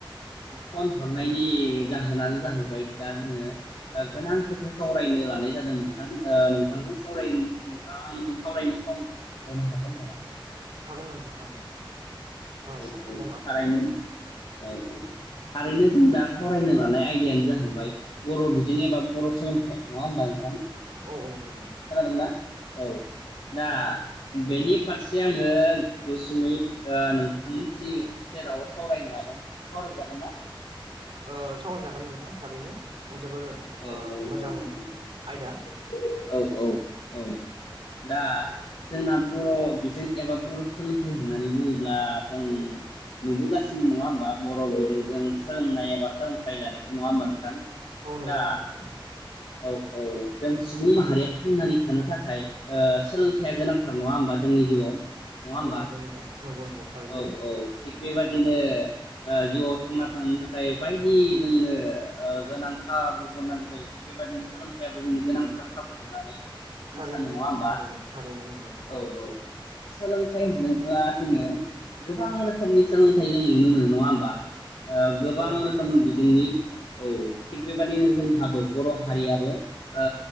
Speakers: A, on the left; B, on the right.
A: फन हरनायनि जाहोनानो जाहैबाय दा जोङो ओ गोनां खोथा सावरायनो लानाय जादों नोंथां ओ नोंथांजों सावरायनि नोंथाङा सावरायनो सम होनो हागोन नामा?
B: हागोन नोंथां हागोन।
A: औ
B: सम
A: औ
B: दं आखायाव
A: थारैनो औ औ थारैनो जों दा सावरायनो लानाय आयदायानो जाहैबाय बर' बिजों एबा बर' सोलोंथाइ नङा होमबा नोंथां?
B: औ औ नंगौ।
A: खोनादोंना औ दा बेनि फारसे आङो गुसुङै ओ नोंथांनि जि जेराव सावरायनो लादों सावरायजागोन ना?
B: ओ सावरायजागोन नोंथां थारैनो।
A: औ
B: जोबोर
A: औ
B: ओ मोजां
A: औ
B: आयदा
A: औ औ औ दा जोंना बर' बिजों एबा बर' सोलोंथाइ होननानै बुङोब्ला जों नुबोगासिनो नङा होमबा बर' बिजोंजों सोलोंनाय एबा सोलोंथाइ लानायखौ नङा होमबा नोंथां?
B: औ नंगौ
A: दा
B: नोंथां।
A: औ औ जों सुबुं माहारिया थांनानै थानो थाखाय ओ सोलोंथाइया गोनांथार नङा होमबा जोंनि जिउआव। नङा होमबा
B: औ नंगौ नोंथां नंगौ नंगौ। थारैनो
A: औ औ थिग बेबादिनो ओ जिउआव थांना था थांनो थाखाय बायदि जोंनो ओ गोनां खाबुफोर नांगौ जायो। थिग बेबायदिनो सोलोंथाइयाबो जोंनि गोनांथार खाबु होननानै आं
B: थारैनो
A: सानो
B: नोंथां
A: नङा होमबा
B: थारैनो थारैनो नोंथां थारैनो
A: औ औ सोलोंथाइ होनोब्ला जोङो गोबां रोखोमनि सोलोंथाइ जों नुनो मोनो नङा होमबा ओ‌ गोबां
B: औ नंगौ
A: रोखोम बिजोंनि औ थिग बेबादिनो जोंहाबो बर' हारियाबो ओ